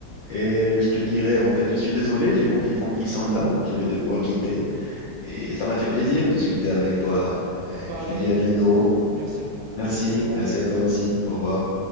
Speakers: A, on the left; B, on the right.
A: et je te dirais, en fait, je suis désolé, j'ai mon téléphone qui sonne là, je vais devoir quitter. Et ça m'a fait plaisir de discuter avec toi là. Et
B: Pareil,
A: je te dis à bientôt.
B: merci beaucoup.
A: Merci,
B: Au revoir.
A: merci à toi aussi. Au revoir.